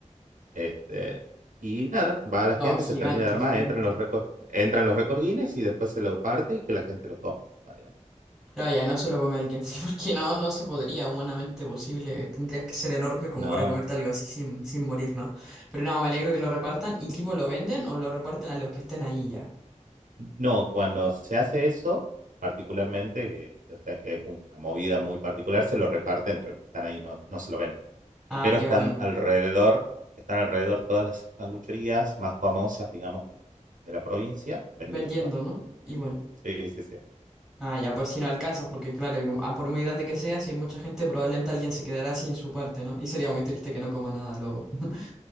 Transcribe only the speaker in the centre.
No,
gigante,
gigante.
Ya, ya, no se lo come a alguien, <laughs> sí, porque no, no se podría, humanamente posible. Tendrías que ser enorme como
para comerte
algo así sin, sin morir, ¿no? Pero no, me alegro que lo repartan. ¿Y tipo lo venden o lo reparten a los que estén ahí ya?
Ah,
qué
bueno.
Vendiendo, ¿no? Igual.
Ah, ya, por si no alcanzas, porque claro, y- ah, por muy grande que sea, si hay mucha gente, probablemente alguien se quedará sin su parte, ¿no? Y sería muy triste que no coma nada luego. <laughs>